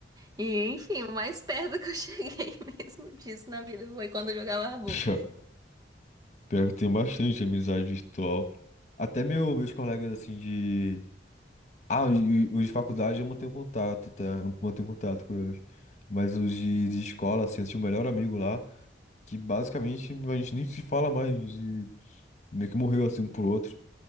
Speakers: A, on the right (about 20°); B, on the left (about 40°).
A: E, enfim, o mais perto que eu <laughs> cheguei mesmo disso na vida foi quando eu jogava Rabu.
B: Pior Pior que eu tenho bastante amizade virtual. Até meu, meus colegas, assim, de... Ah, os de os de faculdade eu mantenho contato, tá? Eu mantenho contato com eles. Mas os de, de escola, assim, eu tinha o melhor amigo lá, que basicamente a gente nem se fala mais, e meio que morreu, assim, um pro outro.